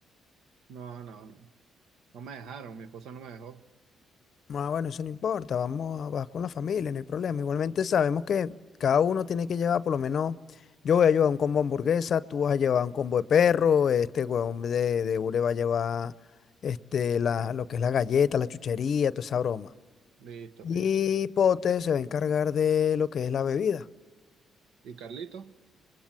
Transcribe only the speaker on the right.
No, no, no. No me dejaron, mi esposa no me dejó.
Listo,
listo.
¿Y Carlito? <laughs>